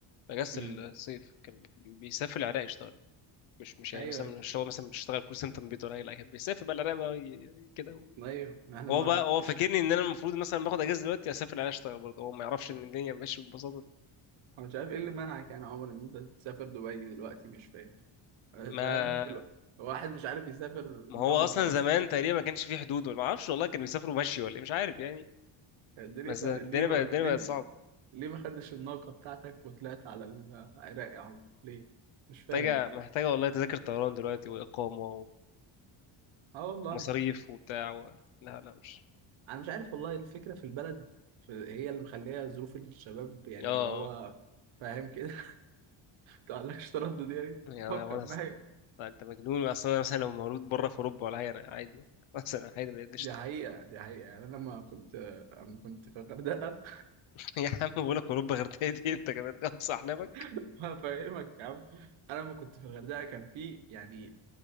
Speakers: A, on the left; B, on the right.
A: أجازة
B: امم
A: الصيف كان بي- بيسافر العراق يشتغل مش مش يعني
B: ايوه
A: مثلا مش هو مثلا بيشتغل كول سنتر من بيته ولا حاجة لا كان بيسافر بقى العراق بقى ي- كده و-
B: ايوه احنا ما
A: هو بقى هو
B: فيش
A: فاكرني إن أنا المفروض مثلا باخد أجازة دلوقتي أسافر العراق أشتغل برضه هو ما يعرفش إن الدنيا ماشية بالبساطة دي
B: انا مش عارف ايه اللي منعك يعني يا عمر ان انت تسافر دبي دلوقتي مش فاهم
A: ما
B: فاهم ال- واحد مش عارف يسافر
A: ما
B: جمصة
A: هو اصلا زمان
B: أصلا
A: تقريبا ما كانش فيه حدود ولا ما اعرفش والله كانوا بيسافروا مشي ولا إيه، مش عارف يعني
B: يعني الدنيا
A: بس
B: سهلة
A: الدنيا
B: ليه ما...
A: بقت الدنيا
B: ليه
A: بقت
B: ما-
A: صعبه
B: ليه ما خدتش الناقة بتاعتك وطلعت على العراق يا عم ليه مش فاهم
A: محتاجه
B: أنا
A: محتاجه والله تذاكر طيران دلوقتي واقامه
B: أه والله
A: ومصاريف وبتاع و... لا لا مش
B: أنا مش عارف والله الفكرة في البلد في... هي اللي مخليها ظروف الشباب يعني
A: اه
B: اللي هو فاهم كده <laughs> متقلقش تردد يعني
A: يعني
B: فكر
A: انا وأنا
B: ما
A: س-
B: هي
A: انت مجنون اصلا انا مثلا لو مولود بره في اوروبا ولا حاجه انا عادي يعني. <laughs> مثلا عادي ما قشطه
B: دي حقيقة دي حقيقة يعني أنا لما كنت أما كنت في الغردقة
A: <laughs> يا عم بقول لك اوروبا غير دي انت كمان <laughs> ده اقصى احلامك
B: <laughs> فاهمك يا عم انا لما كنت في الغردقه كان في يعني